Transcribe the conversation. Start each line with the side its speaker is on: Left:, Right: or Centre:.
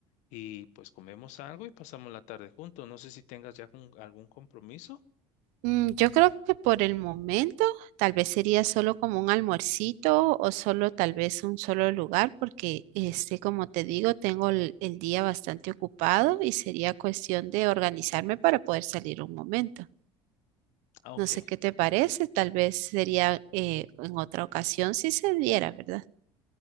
Left: y pues comemos algo y pasamos la tarde juntos. No sé si tengas ya con- algún compromiso.
Right: Mm, yo creo que por el momento tal vez sería solo como un almuercito o solo tal vez un solo lugar, porque este, como te digo, tengo el el día bastante ocupado y sería cuestión de organizarme para poder salir un momento.
Left: Ah, ok.
Right: No sé qué te parece, tal vez sería eh, en otra ocasión si se diera, ¿verdad?